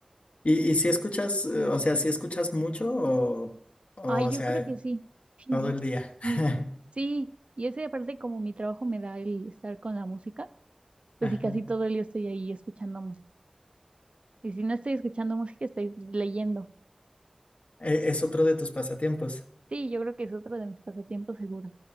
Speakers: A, on the left; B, on the right.
A: ¿Y, y si escuchas, eh, o sea, si escuchas mucho o, o
B: Ay,
A: o
B: yo
A: sea,
B: creo que sí. <laughs>
A: todo el día? <laughs>
B: Mm, Sí, y ese aparte como mi trabajo me da el estar con la música, pues
A: Ajá.
B: sí, casi todo el día estoy ahí escuchando música. Y si no estoy escuchando música, estoy leyendo.
A: E- Es otro de tus pasatiempos.
B: Sí, yo creo que es otro de mis pasatiempos seguros.